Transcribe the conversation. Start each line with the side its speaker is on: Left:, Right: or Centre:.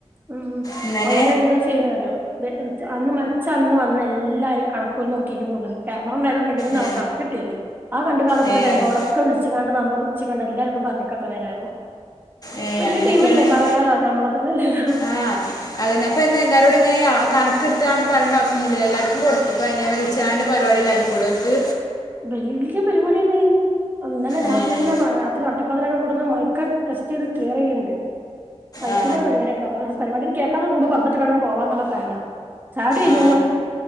Right: ഉം
Left: ഇന്നനെ
Right: അവല് എന്താ ചെയ്യണെ അറിയോ ബെ അന്ന് മരിച്ച അന്ന് വന്നെ എല്ലാരും കണക്ക്‌ഓല് നോക്കിക്ക്ണ് തോന്നണ് ക്യാമറണ്ടായതുകൊണ്ട് എങ്ങനെയാന്നാവോ
Left: ഏ
Right: കണക്ക് കിട്ടിയത് ആ കണ്ട് കാണപ്പെട്ട
Left: ഏ
Right: ജനങ്ങളോടൊക്കെ
Left: അത്-
Right: വിളിച്ച്ങ്ങാണ്ട് നമ്പർ ഒപ്പിച്ച് കണ്ട് എല്ലാരരോടും പറഞ്ഞിക്ക എത്ര വരാണ്
Left: ഏ
Right: വല്യ
Left: അങ്ങനെയൊക്കെയാണ്
Right: ടീമല്ലേ പറയാലോ ഞമ്മളെ പോലെ അല്ലല്ലോ
Left: ആ അതന്നെ അപ്പൊ എന്നാ എല്ലാരോടും ഇങ്ങനെ കണക്കെടുത്താണ്ട് പറയണ്ട ആ അവശ്യാം ഇല്ലല്ലോ എല്ലാർക്കും- കൊടുക്കുമ്പം അയിനെ വിളിച്ചാണ്ട് പരിപാടി ഉണ്ടാക്കിക്കൂടെ അവർക്ക്
Right: വല്യ പരിപാടിയന്നേ ഇന്നലെ
Left: ഏ
Right: രാത്രിന്നെ രാത്രി നട്ടപ്പാതിരാക്കൊക്കേ ഇവ്ട്ന്ന് മൈ ഒക്കെ ടെസ്റ്റെയ്ത് ക്ലിയറ് ചെയ്യ്ണ്ട് മൈക്കിലാ
Left: ആ
Right: പരിപാടിയൊക്കെ ആ പരിപാടി- <unintelligible> പർദ്ദട്ട്ക്കാണ്ട് പോവാനുള്ള പ്ലാനാ ചായുകുടി കയിഞ്ഞങ്ങനെ-
Left: ആ